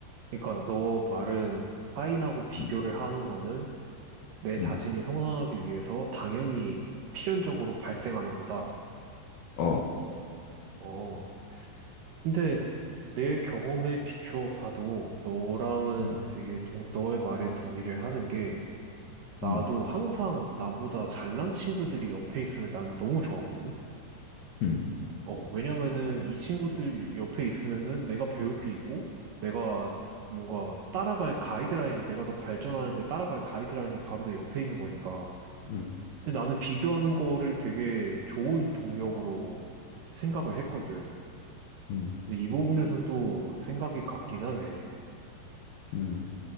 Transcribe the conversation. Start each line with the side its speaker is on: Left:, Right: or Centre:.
Right: 그러니까 너 말은 타인하고 비교를
Left: 음,
Right: 하는 거는 내 자신이
Left: 음,
Right: 성장하기 위해서 당연히 필연적으로 발생하는 거다.
Left: 어.
Right: 어. 근데 내 경험에 비추어 봐도 너랑은
Left: 음,
Right: 되게 동- 너의 말에 동의를 하는 게 나도
Left: 음,
Right: 항상 나보다 잘난 친구들이 옆에 있으면 나는 너무 좋았거든.
Left: 음,
Right: 어, 왜냐면은 이 친구들 옆에 있으면은 내가 배울 게 있고, 내가 뭔가 따라갈 가이드라인이, 내가 더 발전하는데 따라갈 가이드라인이 바로 내 옆에 있는 거니까.
Left: 음,
Right: 근데 나는 비교하는 거를 되게 좋은 동력으로 생각을 했거든.
Left: 음,
Right: 근데 이 부분에선 또 생각이 같긴 하네.
Left: 음,